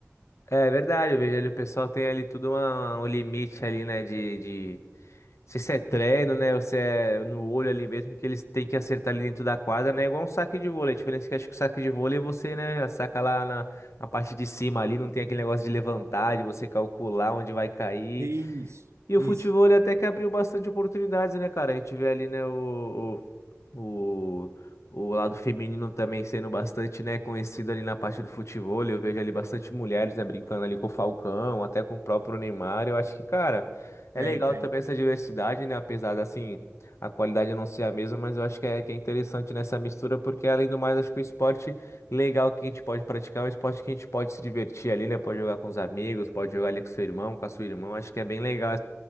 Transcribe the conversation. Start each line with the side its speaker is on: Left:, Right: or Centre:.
Left: É verdade, eu vejo ali o pessoal tem ali tudo uma- um limite ali, né, de, de, Não sei se é treino, né? Ou se é no olho ali mesmo, que eles têm que acertar ali dentro da quadra, né? É igual um saque de vôlei. A diferença é que acho que o saque de vôlei você, né, saca lá na, na parte de cima ali, não tem aquele negócio de levantar, de você calcular onde vai cair.
Right: Isso,
Left: E
Right: isso.
Left: o futebol ele até que abriu bastante oportunidades, né, cara? A gente vê ali, né, o, o, o lado feminino também sendo bastante, né, conhecido ali na parte do futebol. Eu vejo ali bastante mulheres, né, brincando ali com o Falcão, até com o próprio Neymar. Eu acho que, cara, é
Right: Tem,
Left: legal
Right: tem.
Left: também essa diversidade, né, apesar da, assim, a qualidade não ser a mesma, mas eu acho que é, que é interessante nessa mistura, porque além do mais, acho que o esporte legal que a gente pode praticar é um esporte que a gente pode se divertir ali, né, pode jogar com os amigos, pode jogar ali com seu irmão, com a sua irmã. Acho que é bem legal